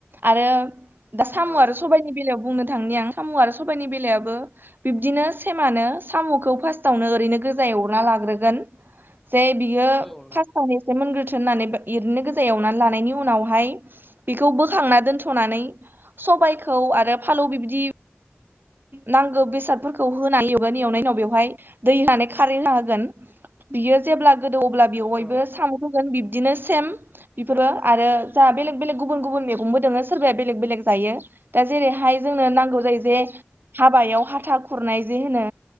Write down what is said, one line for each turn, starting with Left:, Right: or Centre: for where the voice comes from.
Right: आरो दा साम'
Centre: औ
Right: आरो सबायनि बे बुंनो थांनि आं। साम' आरो सबायनि बेलायाबो बिब्दिनो सेमनो साम'खौ फोस सावनो ओरैनो गोजाय अरना लाग्रोगोन जे बियो
Centre: औ नंगौ
Right: फासावनो
Centre: औ
Right: मोनग्रोथोन होननानै एरैनो गोजा एवनानै लानायनि उनावहाय बेखौ बोखांना दोनथ'नानै सबायखौ आरो फालौ बिदि नांगौ बेसादफोरखौ होनानै एवगोन एवनायनि उनाव बेवहाय दै होनानै खारै होना होगोन। बियो जेब्ला गोदौ अब्ला बेयाव बयबो
Centre: औ
Right: साम' होगोन बिब्दिनो सेम बेफोरबो आरो जोंहा बेलेग बेलेग गुबुन गुबुन मैगंबो दङो सोरबाया बेलेग बेलेग जायो। दा जेरैहाय जोंनो नांगौ जायो जे हाबायाव हाथा खुरनाय जे होनो।